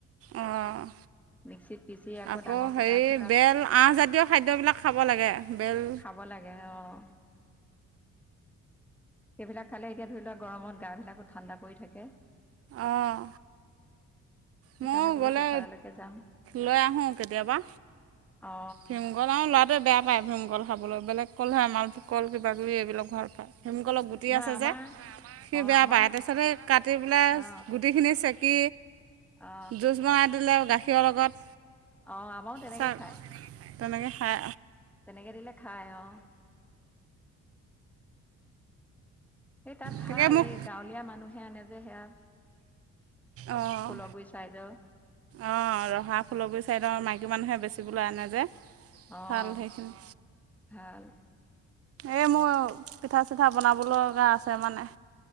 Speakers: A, on the right (about 50°); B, in the centre.
A: অঁ
B: মিক্সিত পিচি
A: আকৌ
B: ডাঙৰ
A: হেৰি
B: ফুটা থকা
A: বেল আহজাতীয় খাদ্যবিলাক খাব লাগে বেল
B: খাব লাগে অঁ। সেইবিলাক খালে এতিয়া ধৰি লোৱা গৰমত গা বিলাকো ঠাণ্ডা পৰি থাকে
A: অঁ
B: সেইকাৰণে
A: ময়ো
B: বোলো
A: গ'লে,
B: সেইফাললৈকে যাম
A: লৈ আহোঁ কেতিয়াবা।
B: অ
A: ভীমকল আৰু ল'ৰাটোৱে বেয়া পায় ভীমকল। খাবলৈ বেলেগ কলহে, মাল ভোগ কল কিবাাকিবি এইবিলাক ভাল পায়। সেমুক অলপ গুটি
B: নহয়
A: আছে
B: আমাৰ
A: যে, সি
B: অ
A: বেয়া
B: আমাৰ
A: পায়। তাৰপিছত সেই কাটি পেলাই
B: অ
A: গুটিখিনি চেক কি
B: অ
A: জুচ বনাই দিলে, গাখীৰৰ লগত।
B: অ' আমাৰো তেনেকে
A: চাহ
B: খায়।
A: তেনেকৈ খাই
B: তেনেকে দিলে খায় অ'। স তাত ভাল
A: তাকে মোক
B: এই গাঁৱলীয়া মানুহে আনে যে সেয়া
A: অ'।
B: ফুলগুৰি চাইদৰ
A: অ' ৰহা ফুলকগুৰি চাইদৰ মাইকী মানুহে বেছ টি বোলো আনে যে।
B: অ',
A: ভাল সেইখিনি
B: ভাল।
A: এ মোৰ পিঠা-চিঠা বনাব লগা আছে। তাৰমানে।